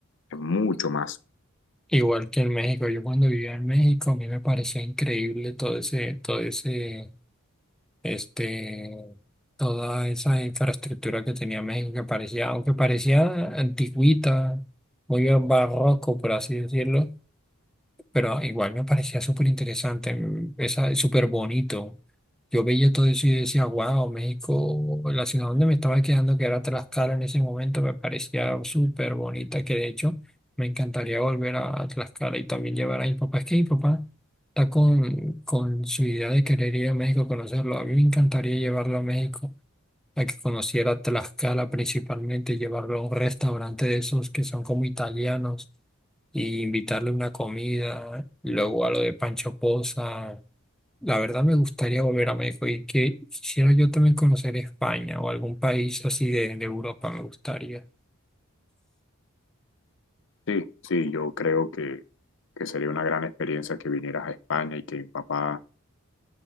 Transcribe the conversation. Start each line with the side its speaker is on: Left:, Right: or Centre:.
Left: es mucho más.
Centre: igual que en México. Yo cuando vivía en México, a mí me parecía increíble todo ese, todo ese este, toda esa infraestructura que tenía México, que parecía, aunque parecía antigüita, muy barroco, por así decirlo, pero igual me parecía súper interesante, mm, esa- súper bonito. Yo veía todo eso y decía, wow, México, la ciudad donde me estaba quedando, que era Tlaxcala en ese momento, me parecía súper bonita, que de hecho me encantaría volver a, a Tlaxcala y también llevar a mi papá. Es que mi papá está con, con su idea de querer ir a México conocerlo. A mí me encantaría llevarlo a México, a que conociera Tlaxcala principalmente, llevarlo a un restaurante de esos que son como italianos y invitarle una comida, luego a lo de Pancho Poza. La verdad me gustaría volver a México y que quisiera yo también conocer España o algún país así de, de Europa me gustaría.
Left: Sí, sí, yo creo que, que sería una gran experiencia que vinieras a España y que mi papá